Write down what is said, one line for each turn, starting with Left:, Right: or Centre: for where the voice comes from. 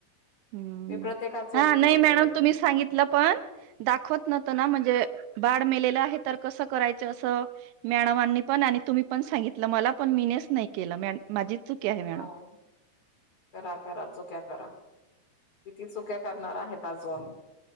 Right: हम्म
Left: मी प्रत्येकाच उत्तर
Right: हा नाही मॅडम
Left: देते.
Right: तुम्ही सांगितलं पण, दाखवत नव्हत ना म्हणजे बाळ मेलेलं आहे तर कसं करायचं असं मॅडमानी तुम्ही पण सांगितलं मला पण मीच नाही केलं माझीच चुकी आहे
Left: मग
Right: मॅडम.
Left: करा, करा चुक्या करा किती चुक्या करणार आहेत अजून?